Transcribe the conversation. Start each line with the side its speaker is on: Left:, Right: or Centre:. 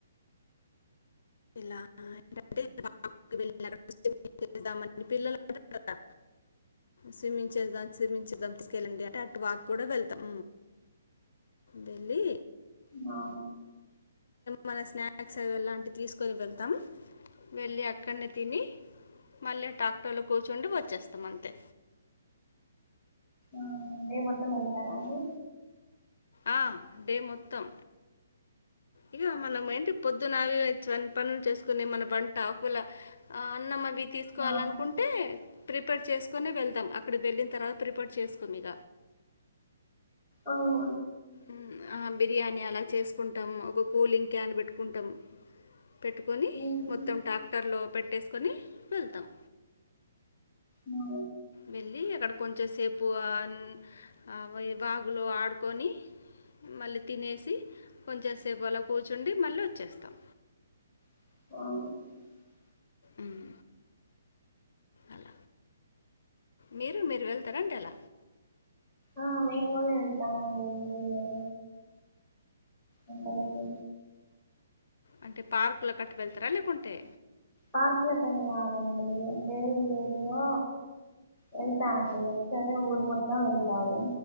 Left: ఇలా ఏంటంటే <unintelligible> చేద్దామ పిల్లలు కుడా స్విమ్మింగ్ చేదాం చేమించద్దాం తీసుకెళండి ఆటే వాక్ కూడా వెళ్తాం వెళ్ళి
Centre: ఆ
Left: మన స్నాక్స్ అవి ఎలాంటివి తీసుకుని వెళ్తాం వెళ్ళి అక్కడనే తిని మళ్ళి టాక్టర్లొ కూర్చుండు వచ్చేస్తమంతె.
Centre: ఆ డే మొత్తం వెళ్తారా అండి.
Left: ఆ డే మొత్తం ఇగొ మనమేంటి పొద్దున అవివచ్చివన్ పనుల్ చేస్కొని మన వంట ఒక్వేళ ఆ అన్నమవి తీస్కోవాలన్కుంటే
Centre: ఆ,
Left: ప్రిపేర్ చేస్కొని వెళ్తాం అక్కడికి వెళ్ళిన్ తర్వాత ప్రిపడ్ చేస్కోమిగ.
Centre: ఔన
Left: ఊమ్ ఆ బిర్యానీ అలా చేసుకుంటామ్ ఒక కూలింగ్ క్యాన్ పెట్టుకుంటం పెట్టుకొని
Centre: ఉమ్,
Left: మొత్తం టాక్టర్లో పెట్టేస్కొని వెళ్తాం.
Centre: మా
Left: వెళ్ళీ అక్కడ కొంచె సేపు ఆన్ అవయ్ వాగులొ ఆడుకోని మళ్ళి తినేసి కొంచెంసేపు అలా కూర్చుండి మళ్ళా వచ్చేస్తాం.
Centre: <unintelligible>
Left: ఊమ్ అల మీరు మీర్ వెళ్తరండి అల.
Centre: ఆ మేమ్ గునా వెళ్తామండి ఎవ్రి ఇయర్ ఎంటలకి
Left: అంటె పార్కులకట్ వెళ్తర లేకుంటె
Centre: పార్క్లకని గాదండీ అంటే విలేజ్ లో వెళ్తా అండి ఒక్సారి ఊరు మొత్తం వెళ్తారు